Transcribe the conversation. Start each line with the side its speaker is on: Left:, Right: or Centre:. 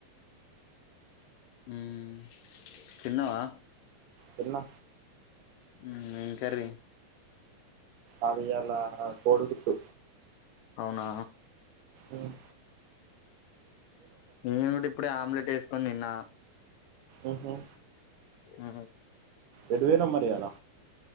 Left: ఉమ్ తిన్నావా
Right: తిన్న
Left: ఉమ్ ఏం కర్రీ
Right: ఆడియ్యలా కోడి గుడ్డు
Left: అవునా
Right: ఉమ్
Left: నేను కూడా ఇప్పుడే ఆమ్లెట్ వేసుకొని తిన్న
Right: అహ
Left: ఆ
Right: ఎటువైనావ్ మరి ఇయ్యాల